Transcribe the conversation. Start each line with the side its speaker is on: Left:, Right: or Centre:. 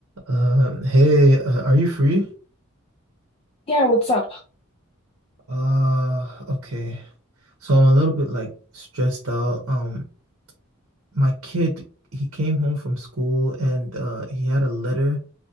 Right: Um, hey, uh, are you free?
Left: Yeah, what's up?
Right: Uh, okay. So I'm a little bit like stressed out. Um, my kid, he came home from school and uh he had a letter